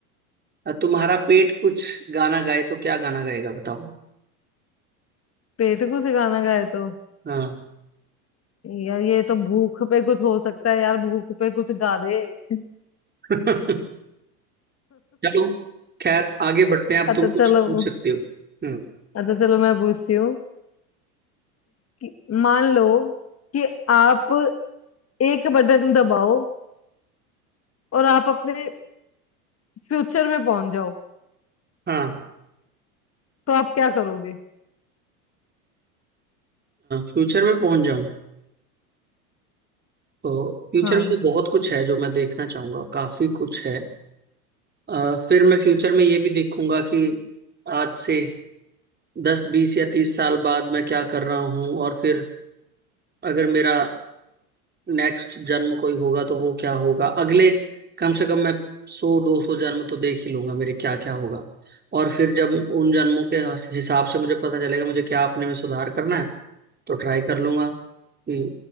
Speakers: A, on the right; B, on the left.
A: अ, तुम्हारा पेट कुछ गाना गाए तो क्या गाना गाएगा बताओ
B: पेट कुछ गाना गाए तो
A: हाँ
B: यार ये तो भूख पे कुछ हो सकता है यार भूख पे कुछ गा दे <laughs>
A: <laughs> चलो खैर आगे बढ़ते हैं अब
B: अच्छा
A: तुम कुछ
B: चलो
A: पूछ सकते हो हम्म
B: अच्छा चलो मैं पूछती हूँ कि मान लो कि आप एक बटन दबाओ और आप अपने फ्यूचर में पहुंच जाओ
A: हाँ
B: तो आप क्या करोगे
A: फ्यूचर में पहुंच जाऊं तो फ्यूचर
B: हाँ
A: में तो बहुत कुछ है जो मैं देखना चाहूंगा काफी कुछ है अ, फिर मैं फ्यूचर में ये भी देखूंगा कि आज से दस बीस या तीस साल बाद मैं क्या कर रहा हूँ और फिर अगर मेरा नेक्स्ट जन्म कोई होगा तो वो क्या होगा अगले कम से कम मैं सौ दो सौ जन्म तो देख ही लूंगा मेरे क्या क्या होगा और फिर जब उन जन्मों के हिसाब से मुझे पता चलेगा मुझे क्या अपने में सुधार करना है तो ट्राई कर लूंगा कि